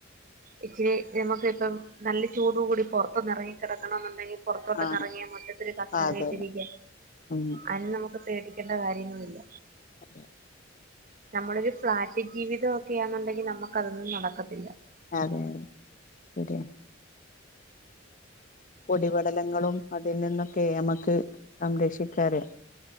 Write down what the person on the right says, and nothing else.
ഇച്ചിരി നമുക്ക് ഇപ്പം നല്ല ചൂട് കൂടി പൊറത്തൊന്ന് ഇറങ്ങിക്കിടക്കണന്നുണ്ടെങ്കിൽ പൊറത്തോട്ടൊന്നിറങ്ങിയ
മുറ്റത്തൊര് കസേര
ഇട്ടിരിക്കാ
അയിന് നമുക്ക് പേടി ക്കേണ്ട കാര്യങ്ങളില്ല
നമ്മളൊരു ഫ്ളാറ്റ് ജീവിതം ഒക്കെയാന്നുണ്ടെങ്കിൽ നമ്മക്ക് അതൊന്നും നടക്കത്തില്ല